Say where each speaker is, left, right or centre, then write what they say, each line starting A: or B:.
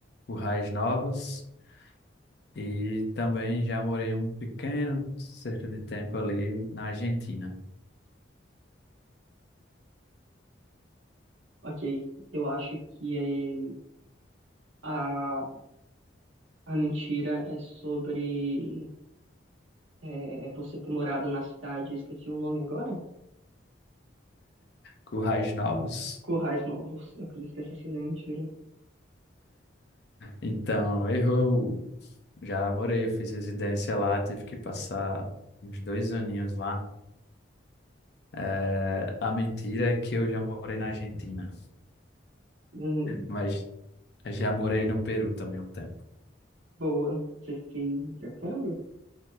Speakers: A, on the left; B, on the right.
A: Currais Novas e também já morei um pequeno cerca de tempo ali na Argentina.
B: Ok, eu acho que eh, a, a mentira é sobre é, você ter morado na cidade, esqueci o nome agora?
A: Currais Novos?
B: Currais Novos, eu acredito que essa seja a mentira.
A: Então, errou! Já morei, eu fiz residência lá, tive que passar uns dois aninhos lá. É, a mentira é que eu já morei na Argentina,
B: Hum,
A: mas já morei no Peru também um tempo.
B: boa, você fez intercâmbio?